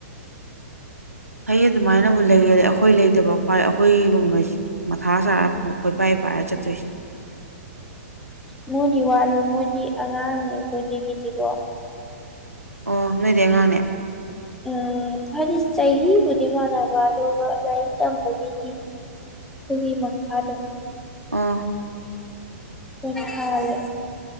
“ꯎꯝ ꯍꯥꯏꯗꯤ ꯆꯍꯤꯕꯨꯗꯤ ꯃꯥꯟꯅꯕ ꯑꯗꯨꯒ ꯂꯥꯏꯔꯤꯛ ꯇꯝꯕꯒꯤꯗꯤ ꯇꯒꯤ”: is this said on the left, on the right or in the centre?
Centre